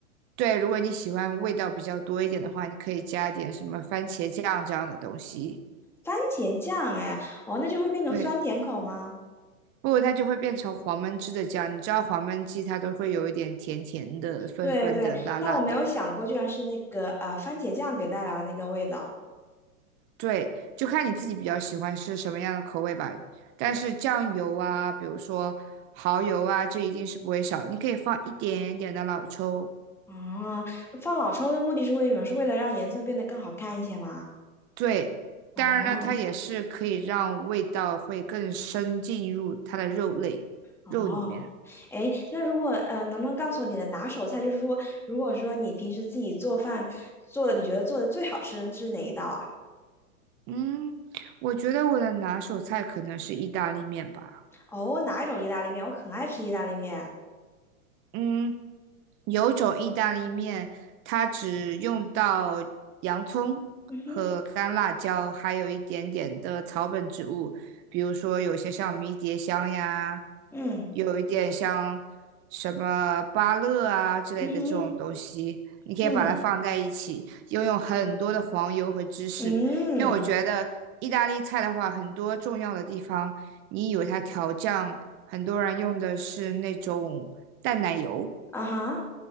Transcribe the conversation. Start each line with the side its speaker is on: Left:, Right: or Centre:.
Right: 对，如果你喜欢味道比较多一点的话，你可以加点什么番茄酱这样的东西。
Centre: 番茄酱，哎，哦，那就会变成酸甜口吗？
Right: 对，不然它就会变成黄焖汁的酱。你知道黄焖鸡它都会有一点甜甜的、酸酸的、
Centre: 对对，
Right: 辣辣的。
Centre: 但我没有想过，居然是那个呃番茄酱给带来的那个味道。
Right: 对，就看你自己比较喜欢是什么样的口味吧。但是酱油啊，比如说蚝油啊，这一定是不会少。你可以放一点点的老抽，
Centre: 哦，放老抽的目的是为什么？是为了让颜色变得更好看一些吗？
Right: 对，
Centre: 哦
Right: 当然呢，它也是可以让味道会更深进入它的肉类肉里面。
Centre: 哦，哎，那如果呃，能不能告诉我你的拿手菜？就是说，如果说你平时自己做饭做的，你觉得做的最好吃的是哪一道啊？
Right: 嗯，我觉得我的拿手菜可能是意大利面吧。
Centre: 哦，哪一种意大利面？我很爱吃意大利面。
Right: 嗯，有一种意大利面，它只用到洋葱和干辣椒，
Centre: 嗯哼，
Right: 还有一点点的草本植物，比如说有些像迷迭香呀，
Centre: 嗯
Right: 有一点像什么芭乐啊之类的这种东西，
Centre: 嗯哼，
Right: 你可以把它放在一起，
Centre: 嗯
Right: 又用很多的黄油和芝士，
Centre: 嗯嗯
Right: 因为我觉得意大利菜的话，很多重要的地方。你以为它调酱，很多人用的是那种淡奶油，
Centre: 啊哈，